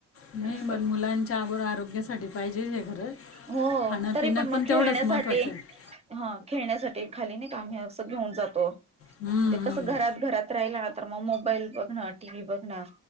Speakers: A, on the left; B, on the right.
A: नाही
B: असं
A: मण मुलांच्या अगो आरोग्यासाठी पाहिजे हे खरच
B: हो
A: खाण
B: तरी
A: पिणं
B: मग
A: पण.
B: खेळण्यासाठी
A: तेवढंच महत्त्वाचं आहे
B: हा खेळण्यासाठी आम्ही अस खाली हे अस घेऊन जातो. म्हणजे
A: हम्म,
B: कस घरात घरात राहिल ना तर मग मोबा. ईल बघणं टी व्ही बघणं.